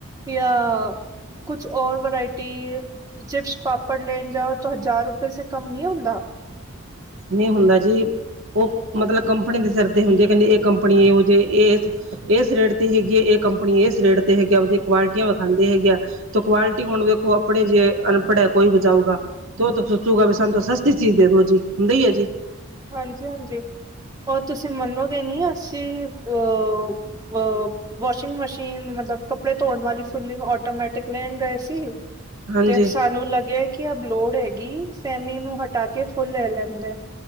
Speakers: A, on the right; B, on the right.
A: ਯਾ ਕੁਛ ਔਰ ਵਰਾਇਟੀ ਚਿਪਸ, ਪਾ ਪੜ ਲੈਣ ਜਾਓ ਤੋਂ ਹਜ਼ਾਰ ਰੁਪਏ ਸੇ ਕਮ ਨੀ ਹੁੰਦਾ।
B: ਨਈ ਹੁੰਦਾ ਜੀ, ਓ ਮਤਲਬ ਕੰਪਨੀ ਦੇ ਸਿਰ 'ਤੇ ਹੁੰਦੀ ਆ ਕੈਂਦੀ ਏ ਕੰਪਨੀ ਏਹੋ ਜੀ ਏਸ ਏਸ ਰੇਟ 'ਤੇ ਹੈਗੀ ਆ ਏ ਕੰਪਨੀ, ਏਸ ਰੇਟ 'ਤੇ ਹੈਗੀ ਆ ਕੇ ਆਪਦੀਆਂ ਕੁਆਲਿਟੀਆਂ ਵਖਾਂਦੇ ਹੈਗੇ ਆ ਤੋਂ ਕੁਆਲਿਟੀ ਹੁਣ ਵੇਖੋ ਆਪਣੇ ਜੇ ਅਨਪੜ ਐ ਕੋਈ ਬਚਾਊਗਾ। ਤੋਂ ਤਾਂ ਸੋਚੂਗਾ ਵੀ ਸਾਨੂੰ ਤਾਂ ਸਸਤੀ ਚੀਜ਼ ਦੇ ਦੋ ਜੀ ਹੁੰਦਾ ਈ ਐ ਜੀ।
A: ਹਾਂਜੀ-ਹਾਂਜੀ ਔਰ ਤੁਸੀਂ ਮੰਨੋਗੇ ਨੀ ਅਸੀਂ ਅ ਅ ਵੋਸ਼ਿੰਗ ਮਸ਼ੀਨ ਮਤਲਬ ਕੱਪੜੇ ਧੋਣ ਵਾਲੀ ਫੁੱਲੀ ਓਟੋਮੈਟਿਕ ਲੈਣ ਗਏ ਸੀ
B: ਹਾਂਜੀ
A: 'ਤੇ ਸਾਨੂੰ ਲੱਗਿਆਂ ਕਿ ਅਬ ਲੋੜ ਹੈਗੀ ਸੇਮੀ ਨੂੰ ਹਟਾ ਕੇ ਫੁੱਲ ਲੈ ਲੈਂਦੇ।